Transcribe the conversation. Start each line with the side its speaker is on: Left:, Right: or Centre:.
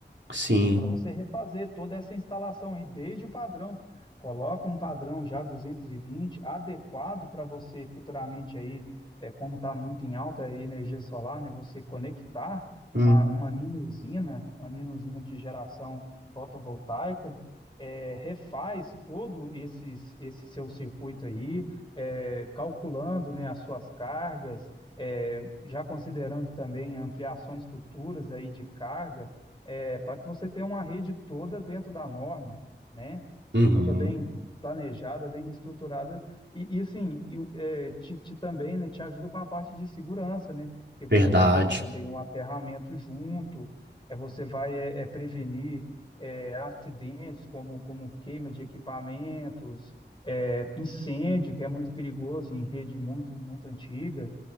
Right: sim.
Left: para você refazer toda essa instalação aí, desde o padrão. Coloca um padrão já 220 adequado para você futuramente aí, é, como está muito em alta a energia solar, né, você conectar uma,
Right: Hum.
Left: uma mini usina, uma mini usina de geração fotovoltaica, é, refaz todo esses, esse seu circuito aí, é, calculando né, as suas cargas, é, já considerando também ampliações futuras aí de carga, é, para que você tenha uma rede toda dentro da norma, né?
Right: Uhum,
Left: Toda bem planejada, bem estruturada e, e assim, e, o- é, te, te também, né? Te ajuda com a parte de segurança, né? Porque você
Right: verdade.
Left: vai fazer também um aterramento junto, é você vai é, é, prevenir é, acidentes como como queima de equipamentos, é, incêndio que é muito perigoso em rede muito muito antiga.